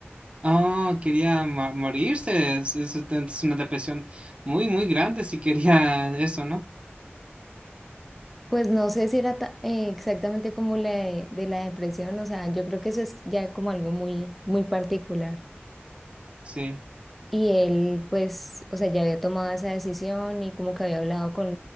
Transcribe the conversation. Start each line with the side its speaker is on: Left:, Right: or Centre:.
Right: Oh, quería mo- morirse. Es, es- es una depresión muy, muy grande si quería eso, ¿no?
Centre: Pues no sé si era ta- eh, exactamente como la de, de la depresión, o sea, yo creo que eso es ya como algo muy, muy particular.
Right: Sí,
Centre: Y él, pues, o sea, ya había tomado esa decisión y como que había hablado con,